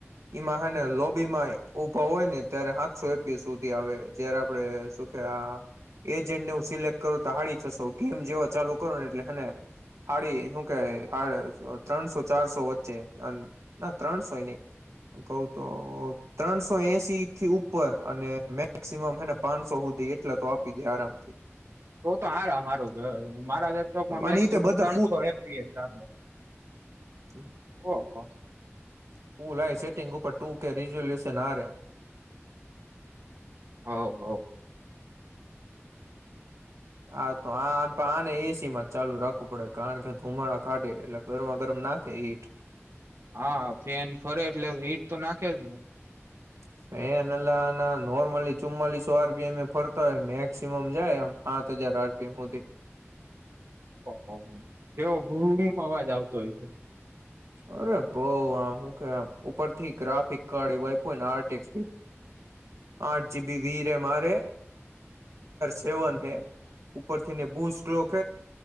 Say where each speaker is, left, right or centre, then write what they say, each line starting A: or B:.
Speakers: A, on the right; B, on the right.
A: એમાં હને લોબીમાં ઉભા હોય ને ત્યારે હાથસો એપી સુધી આવે જયારે આપણે શ એજને હ સિલેક્ટ કરું તોાડી સો ગેમ જેવ ચાલુ કરો ને એટલેને હાડી શું કે ત્રણસો ચારસો વચ્ચે ના ત્રણસો નહી કહ તો ત્રણસો એસી થી ઉપર અને મેક્સમમને પાંચસો સુધી એટલા તો આપી દે આરામથી
B: તો તો હાર મારું કેવાય મારા લેપટોપમાં મેક્સિમમ
A: અને તે બધા
B: ત્રણસો એપીએ છે આપે
A: હમ
B: ઓહ
A: ફૂલા એ છે ટટેંગુ પટું કે ર જો લ છે નારે
B: હ હ
A: હા તો આમ તો આને એસી માં ચાલુ રાખવું પડે કારણ કે ધુમાડા કાઢે એટલે ગરમા ગરમ નાખે ઈટ
B: હા ફેન ફરે એટલે હીટ તો નાખે ક દને
A: ફેન અલ્લાહના નોર્મલી ચુમ્માલીસો આરપીએમ એ ફરતા હોય મેક્સિમમ જાય આમ સાત હજાર આરપીએમ સુધી
B: ઓ તેવો ભૂમ અવાજ આવતો હોય છે
A: અરે ભો આમું કે આમ ઉપરથી ગ્રાફિક કાી આિક આઠ જીબી વી મારે સેવ ઉપરલો